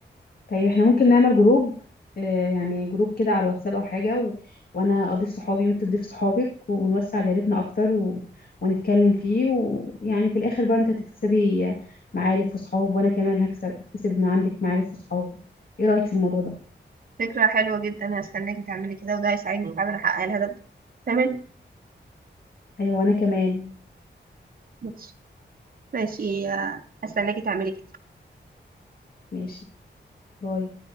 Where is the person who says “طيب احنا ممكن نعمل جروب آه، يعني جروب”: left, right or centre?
Left